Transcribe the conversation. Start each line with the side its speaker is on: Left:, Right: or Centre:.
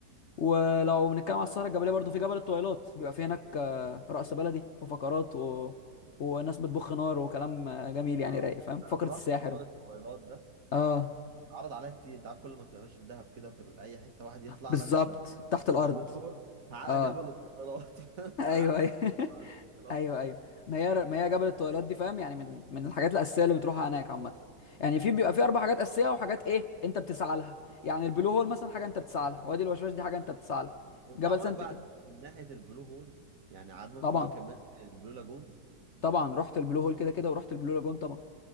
Left: ولو
Right: الله
Left: بنتكلم على السهره الجبليه برضو في جبل الطويلات بيبقى فيه هناك آه، رقص بلدي وفقرات و... وناس بتبخ نار وكلام آه، جميل يعني
Right: آه.
Left: رايق فاهم فقره
Right: انا ما
Left: الساحر
Right: رحتش جبل الطويلات ده
Left: اه
Right: اتعرض عليا كتير انت عارف كل ما تبقى ماشي في دهب كده في ال- اي حتة واحد يطلع
Left: بالظبط
Right: لك
Left: تحت الارض
Right: البروشور تعالى
Left: اه
Right: جبل الطويلات <laughs>
Left: <laughs> ايوه
Right: تعالى
Left: ايوه
Right: وديك جبل
Left: <laughs>
Right: الطويلات
Left: ايوه ايوه ما هي ما هي جبل
Right: و-
Left: الطويلات دي فاهم يعني من من الحاجات الاساسيه اللي بتروحها هناك عامه يعني
Right: آه.
Left: في بيبقى في اربع حاجات اساسيه وحاجات ايه انت بتسعى لها يعني البلو هول مثلا حاجه انت بتسعى لها وادي الوشواش دي حاجه انت بتسعى لها
Right: انت
Left: جبل
Right: عمرك
Left: سانت
Right: بقى
Left: كده
Right: عديت من ناحية البلو هول يعني عمرك
Left: طبعا
Right: بقى كملت البلو لاجون
Left: طبعا رحت البلو هول كده كده ورحت البلو لاجون طبعا